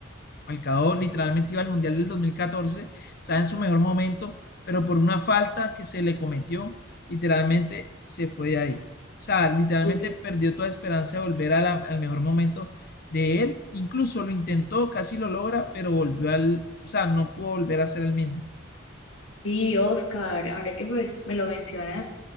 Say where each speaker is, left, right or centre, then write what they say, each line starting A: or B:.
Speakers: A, on the left (about 50°); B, on the left (about 80°).
A: Falcao literalmente iba al Mundial del 2014, está en su mejor momento, pero por una falta que se le cometió, literalmente se fue de ahí. O sea, literalmente
B: ujú.
A: perdió toda esperanza de volver a la- al mejor momento de él. Incluso lo intentó, casi lo logra, pero volvió al, o sea, no pudo volver a ser el mismo.
B: Sí, Oscar, ahora que pues me lo mencionas,